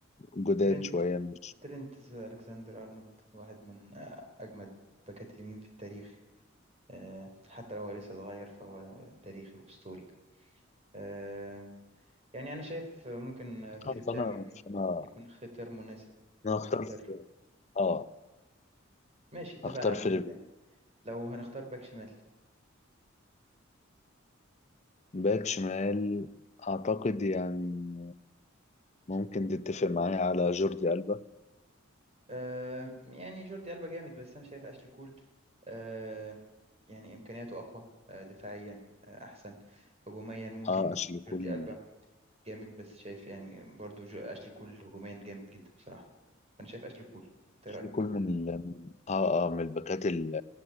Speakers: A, on the left (about 35°); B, on the right (about 30°).
A: جداد
B: ترينت
A: شوية مش
B: ترينت ألكسندر أرنولد واحد من آه، أجمد باكات اليمين في التاريخ آه، حتى لو هو لسه صغير فهو تاريخي وأسطوري آه، يعني أنا شايف ممكن آه، فيليب
A: آه، فانا
B: لام يكون
A: فانا
B: يكون اختيار مناسب واختيار
A: انا هختار في- اه
B: ماشي اتفقنا
A: هختار
B: على
A: فيليب
B: فيليب لام
A: لام.
B: لو هنختار باك شمال
A: باك شمال اعتقد يعني ممكن تتفق معايا على جوردي ألبا
B: آه، يعني جوردي ألبا جامد بس أنا شايف أشلي كول آه، يعني إمكانياته أقوى آه، دفاعيا آه، أحسن هجوميا ممكن
A: اه اشيل
B: جوردي
A: كل
B: ألبا جامد بس شايف يعني برضو جو- أشلي كول هجوميا جامد جدا بصراحة أنا شايف أشلي كول أنت إيه
A: اشيل
B: رأيك؟
A: كل من ال- اه اه من الباكات ال-